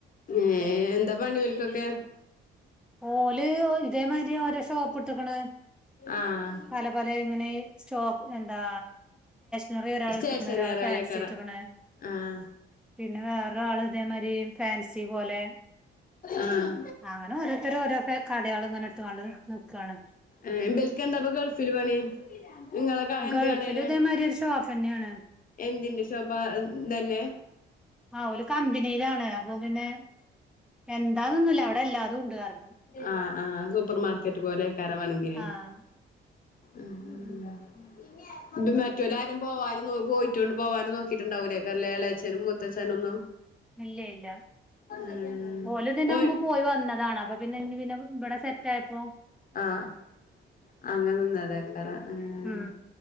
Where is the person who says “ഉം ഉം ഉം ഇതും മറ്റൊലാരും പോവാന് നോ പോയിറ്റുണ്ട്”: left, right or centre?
Left